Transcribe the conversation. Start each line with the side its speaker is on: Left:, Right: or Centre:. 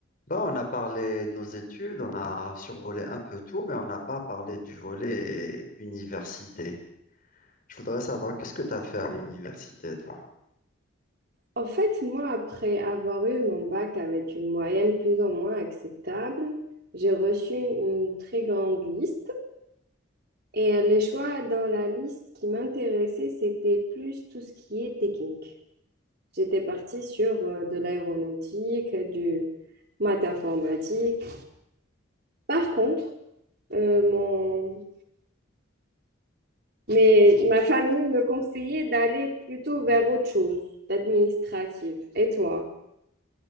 Left: Bah, on a parlé de nos études, on a survolé un peu tout, mais on n'a pas parlé du volet université. Je voudrais savoir, qu'est-ce que tu as fait à l'université, toi?
Right: En fait, moi, après avoir eu mon bac avec une moyenne plus ou moins acceptable, j'ai reçu une très grande liste et les choix dans la liste qui m'intéressaient, c'était plus tout ce qui est technique. J'étais partie sur euh, de l'aéronautique, du maths informatique. Par contre, euh, mon... Mais ma famille me conseillait d'aller plutôt vers autre chose, d'administrative. Et toi?